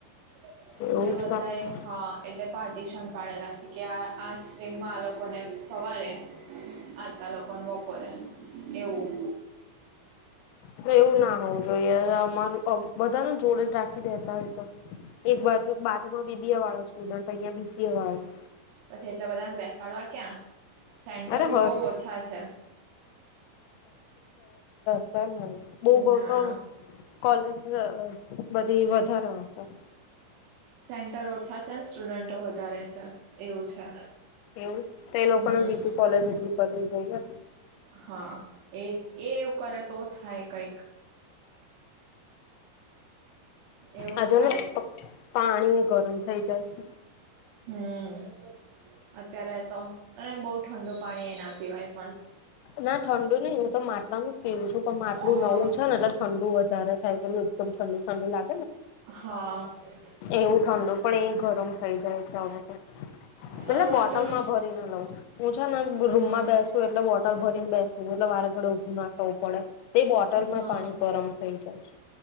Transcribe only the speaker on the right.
એટલે
બધાય
હા એટલે પાર્ટિશન પાડેલા છે કે આ આ સ્ટ્રીમમાં આ લોકોને સવારે આટલા લોકોને વપોરે એવું
પછી એટલા બધાને બેસાડ વા ક્યાં સેન્ટર
બી
બહુ ઓછા છે.
ના
સેન્ટરો ઓછા છે સ્ટુડન્ટો વધારે છે એવું છે.
હમ
હા એ એ એવું કરે તો થાય કઈક એવું
થાય
હમ્મ અત્યારે તો અને બહ ઠંડુ પાણી એ ના પીવાય પણ
હા
હા
આ વાતા
હા
હા